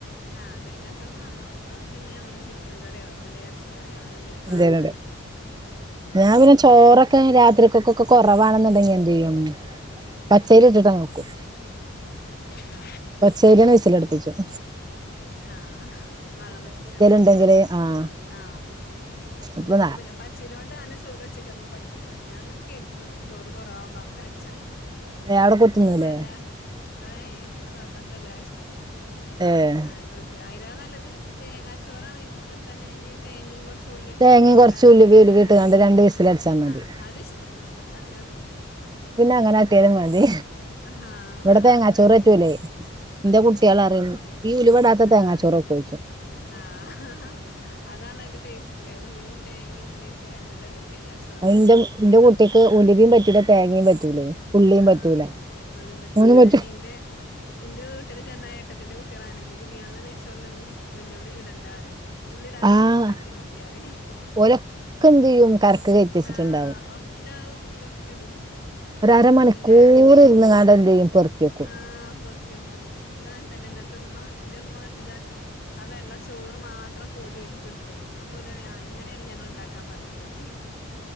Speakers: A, on the left (about 45°); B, on the right (about 20°).
A: ആഹ് തേങ്ങാ ചോറ് നന്നാവും അത് പിന്നെ നമ്മള് ചിക്കൻ കറിയോ അല്ല ച്ചിക്കറി അങ്ങനെ എന്തെലും പാർന്നാൽ
B: ഇന്റേതില്
A: നല്ല ടേസ്റ്റ് ആണ്
B: ഞാൻ പിന്നെ ചോറൊക്കെ രാത്രിക്കൊക്കൊക്കെ കുറവാണെന്നുണ്ടെങ്കി എന്തെയ്യും പച്ചരി ഇട്ട്ണ്ടാക്കണ്ട് വെക്കും
A: വർക്കാണോ
B: ഫസ്റ്റയി ന്നന്നെ വിസലടിപ്പിച്ചും
A: ആഹ വള്ളം പറ്റിച്ചി ക്കാണ്ട്ലെ
B: ഉണ്ടെങ്കില്
A: നെയ്യ് ചോറ്
B: ആഹ്
A: പോലെ ആ
B: അപ്പൊ
A: ഇവിടെ പിന്നെ പ ചോറ് വെച്ച ചിലപ്പോ പറ്റൂല്ല ഞാനങ്ങനെകെരുതും ചോറ് കൊറവാവുമ്പോ അങ്ങനെവെച്ചാലാന്ന് <unintelligible>
B: അവിടെ കുത്തുന്നൂലേ
A: ഇവ്ടത്തെ കാക്കാക്ക് എല്ലാഷ്ടല്ല
B: ഏഹ്
A: ആഹ് അത് പറ്റൂല അതിലേറെ നല്ലത് തേങ്ങാ ചോറാണെങ്കി കുക്കറിതന്നെ ഞ്ഞ് തേങ്ങ കുറച്ച് ഉള്ളി
B: തേങ്ങയും
A: ഉൽവിക്കട്ട
B: കുറച്ച്
A: വെക്കാന്നുണ്ടെങ്കില്
B: ഉലുവി ഉലുവി ഇട്ട്കാണ്ട് രണ്ട് വിസിലടിച്ചാ മതി
A: ആഹ് അത്ഷ്ടാണ് അതങ്ങനെ തിന്നും
B: പിന്നെങ്ങന കാട്ട്യാലും മതി
A: ആഹ്
B: ഇവിടെ തേങ്ങാച്ചോറ്
A: അങ്ങനെ കാട്ടിയാലും
B: പറ്റൂല്ലേ
A: മതി പറ്റൂലല്ലേ
B: എന്റെ കുട്ടിള് അറിയു ഈ ഉൽവെടാത്ത
A: ആഹ്
B: തേങ്ങാച്ചോറൊക്കോ
A: ആഹ് അതാണ് അതി്ന്റെ ടേസ്റ്റിലെ ഉലുവീൻ തേങ്ങയും ഉള്ളിക്കെ ഇട്ടല്ലേ തേങ്ങച്ചൊ
B: എന്റെ എന്റെ കുട്ടിക്ക് ഉലുവേം പറ്റൂല തേങ്ങേ യും പറ്റൂലേ ഉള്ളീം
A: ആഹ്
B: പറ്റൂല
A: ഉള്ളിയും പറ്റൂല
B: ഉള്ളീം പ
A: അങ്ങനെ ഇന്റെ എന്റെ വീട്ടില് ചെന്നാ ഏട്ടത്തിന്റെ കുട്ടികളങ്ങനാണ് ബിരിയാണി നെയിച്ചോരിലൊന്നും വല്ലുള്ളി ഇടണ്ടാറിയും ഉള്ളിടാത്ത
B: ആഹ്
A: ചോറ്ണ്ടാക്കിയാ മതിയാറയും
B: ഓലൊക്കെ എന്ത് ചെയ്യും കറക്ക് കയറ്റിച്ചിട്ടുണ്ടാവും
A: ആഹ് ഒക്ക പൊറക്കെടും
B: ഒരു അരമണിക്കൂർ
A: ആഹ് പിന്നെ
B: ഇരുന്ന്ങ്ങാണ്ട് എന്ത് ചെയ്യും പെറുക്കി വെക്കും
A: ആഹ് പൊറക്ക് ഇതാങ്ങൻതന്നെ എന്നിട്ടും ഉമ്മ എന്റെ ഉമ്മ എന്താട്ടും ആ വെള്ള ചോറ് മാത്രം കോരി ഒൽക്ക് എടുത്തക്കും ഓ ലറിയും ആഹ് ഇങ്ങനെയാണ് ഞങ്ങൾ ഇണ്ടാക്കാൻ പറഞ്ഞത് ന്ന് പറിയും